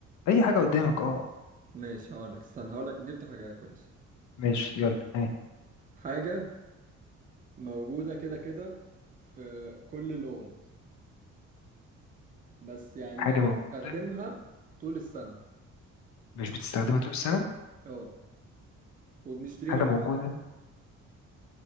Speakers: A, on the left; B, on the right.
A: اي حاجة قدامك اه
B: ماشي هقول لك استنى هقول لك جبت حاجة كويسة
A: ماشي يلا ها
B: حاجة موجودة كده كده في كل الأوض بس يعني
A: حاجة
B: مش
A: موجودة
B: بنستخدمها طول السنة
A: مش بتستخدمها طول السنة
B: اه وبنشتريها
A: حاجة
B: من
A: موجودة
B: بره